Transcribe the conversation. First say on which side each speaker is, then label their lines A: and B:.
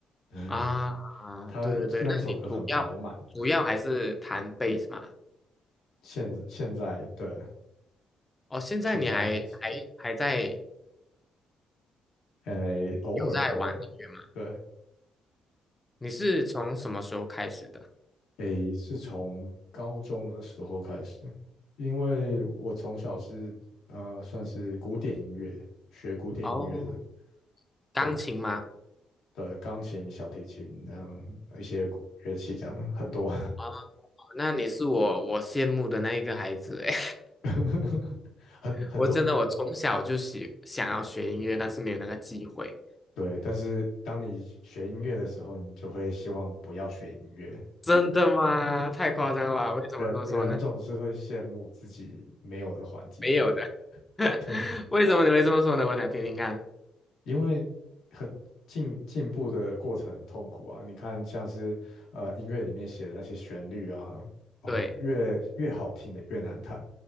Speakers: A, on the left (about 80°); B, on the left (about 15°).
A: <laughs> 对
B: 啊，
A: 它让一首歌很饱满，
B: 对对对，那你主要主要还是弹贝斯嘛？
A: 现现在对，
B: 哦，现在你还还还在
A: 主要还是，呃，偶尔偶尔，
B: 有在玩音乐吗？
A: 对。
B: 你是从什么时候开始的？
A: 诶，是从高中的时候开始，因为我从小是呃算是古典音乐，学古典音乐的，
B: 哦，钢琴吗？
A: 对对，钢琴、小提琴，然后一些古乐器这样很多，
B: 哦，那你是我我羡慕的那一个孩子欸
A: <laughs> 很很多，
B: 我真的我从小就喜想要学音乐，但是没有那个机会。
A: 对。但是当你学音乐的时候，你就会希望不要学音乐，
B: 真的吗？太夸张了吧？为什么这么说呢？
A: 人人总是会羡慕自己没有的环境，
B: 没有的。
A: <laughs>
B: <laughs>
A: 对。
B: 为什么你会这么说呢？我想听听看。
A: 因为很进进步的过程很痛苦啊。你看，像是呃音乐里面写的那些旋律啊，哦，
B: 对，
A: 越越好听的越难弹。